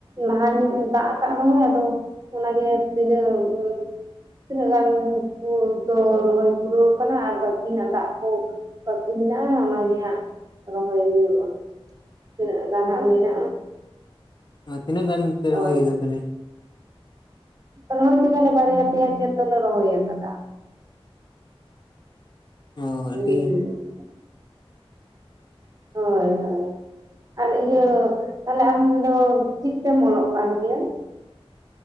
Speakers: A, on the right (about 35°); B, on the left (about 45°).
A: ᱞᱟᱦᱟᱨ ᱧᱚᱜ ᱫᱟᱜ ᱟᱠᱟᱫ ᱨᱮᱚᱸᱚᱭ ᱟᱫᱚ ᱚᱱᱟ ᱜᱮ ᱛᱤᱱᱟᱣ ᱡᱷᱳᱨ ᱛᱤᱱᱟᱹᱜ ᱜᱟᱱ ᱠᱩ ᱫᱚ ᱨᱚᱦᱚᱭ ᱯᱩᱨᱟᱹᱣ ᱠᱟᱱᱟ ᱟᱨ ᱵᱟᱠᱤᱟᱸ ᱫᱟᱜ ᱠᱚ ᱵᱟᱹᱠᱤ ᱢᱮᱱᱟᱜᱼᱟ ᱚᱱᱟᱜᱮ ᱦᱟᱸᱟᱜ ᱨᱚᱦᱚᱭ ᱦᱩᱭᱩᱜᱼᱟ, ᱛᱤᱱᱟᱹᱜ ᱜᱟᱱᱜ ᱦᱟᱸᱜ ᱢᱮᱱᱟᱜ᱾
B: ᱚ ᱛᱤᱱᱟᱹᱜ ᱜᱟᱱ ᱯᱮ ᱨᱚᱦᱚᱭ
A: ᱚ
B: ᱠᱮᱫᱟ ᱛᱟᱦᱚᱞᱮ?
A: ᱨᱚᱦᱚᱭ ᱠᱮᱫᱟᱞᱮ ᱵᱟᱨᱭᱟ ᱯᱮᱭᱟ ᱠᱷᱮᱛ ᱫᱚᱞᱮ ᱨᱚᱦᱚᱭ ᱟᱠᱟᱫᱟ᱾
B: ᱚ
A: ᱦᱩᱸ᱾
B: ᱟᱹᱰᱤ
A: ᱦᱳᱭ ᱦᱳᱭ᱾ ᱟᱨ ᱤᱭᱟᱹ ᱛᱟᱦᱞᱮ ᱟᱢ ᱫᱚ ᱪᱤᱫ ᱛᱮᱢ ᱚᱞᱚᱜ ᱠᱟᱱ ᱜᱮᱭᱟ?